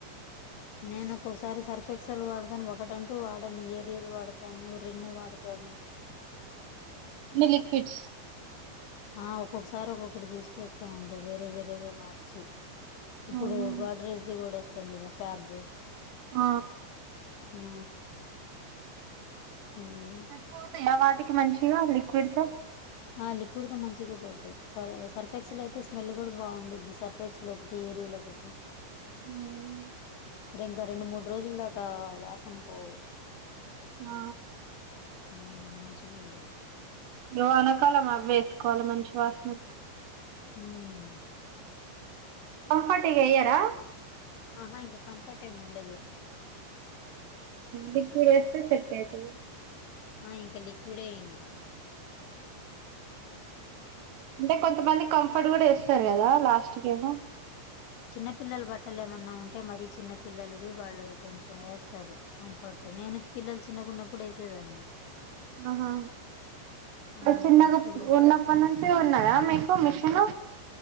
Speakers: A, on the left; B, on the right.
A: నేను ఒక్కొక్కసారి సర్ఫెక్సలు వాడతాను ఒకటంటూ వాడను ఏరియాలు వాడతాను రిన్ను వాడతాను
B: అన్ని లిక్విడ్స్
A: ఆ ఒక్కొక్కసారి ఒక్కొక్కటి తీసుకొస్తా ఉంట వేరే వేరేగా మార్చి ఇప్పుడు
B: అవునా
A: గాడ్రెస్ది కూడా వస్తుందిగా ఫ్యాబ్
B: ఆ
A: ఆ <inaudible> ఉన్లే
B: పోతాయ వాటికి మంచిగా లిక్విడ్ తో
A: ఆ లిక్విడ్ తో మంచిగా పోతాయి స సర్ఫెక్స్ అయితే స్మెల్ కూడా బాగుద్ది సర్ఫెక్సల్ ఒకటి ఏరియాల్ ఒకటి ఓకే
B: ఉం
A: రిగ్గా మరి ఇంకా రెండు మూడు రోజుల దాకా వాసన పోవు
B: ఆ
A: మ్మ్ మంచిగా ఉంటది
B: ఇంగ వానకాలం అవేసుకోవాలి మంచి వాసన ఒత్
A: మ్మ్
B: కంఫర్ట్ ఎయ్యరా
A: ఆహా ఇంకా కంఫట్ ఏం ఉండదు
B: లిక్విడ్ ఎస్తే సెట్ అయితది
A: ఆ ఇంకా లిక్విడే ఇంగా
B: అంటే కొంతమంది కంఫర్ట్ కూడా ఏస్తారు కదా లాస్ట్కేమో
A: చిన్నపిల్లలు బట్టలు ఏమన్నా ఉంటే మరి చిన్న పిల్లలవి వాళ్ళు కొంచెం వేస్తారు కంఫర్ట్ నేను పిల్లలు చిన్నగున్నప్పుడు వేసేదాన్ని
B: ఆహా
A: ఆ
B: అ చిన్నకు
A: ఇప్పుడు
B: ఉన్న అప్పటి నుంచే ఉన్నదా మీకు మిషన్